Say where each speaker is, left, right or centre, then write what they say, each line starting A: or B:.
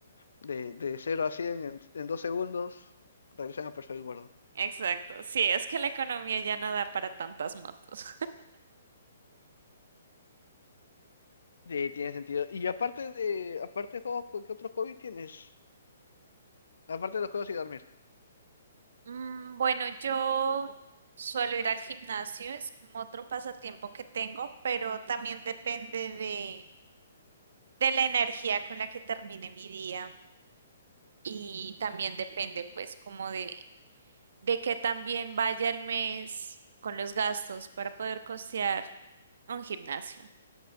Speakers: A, on the left; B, on the right.
A: De, de cero a 100 en, en dos segundos, regresan a perfect guardo.
B: Exacto. Sí, es que la economía ya no da para tantas motos.
A: Sí, tiene sentido. Y aparte de, aparte de juegos, ¿qué otro hobby tienes? Aparte de los juegos y dormir.
B: Mm, Bueno, yo suelo ir al gimnasio, es como otro pasatiempo que tengo, pero también depende de, de la energía con la que termine mi día y también depende pues como de, de que también vaya el mes con los gastos para poder costear un gimnasio.